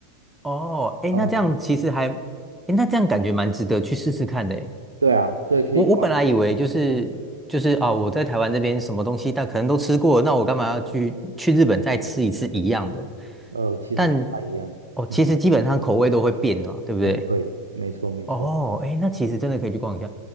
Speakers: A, in the centre; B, on the right.
A: 哦，诶，
B: 嗯，
A: 那这样其实还，诶，那这样感觉蛮值得去试试看的诶。
B: 对啊，所以可以逛一下。
A: 我我本来以为就是就是啊，我在台湾这边什么东西但可能都吃过，那我干嘛要去去日本再吃一次一样的？
B: 呃，其实不太一样。
A: 但哦，其实基本上口味都会变的嘛，
B: 嗯，
A: 对不对？
B: 哎，对，没错没错。
A: 哦，哎，那其实真的可以去逛一下。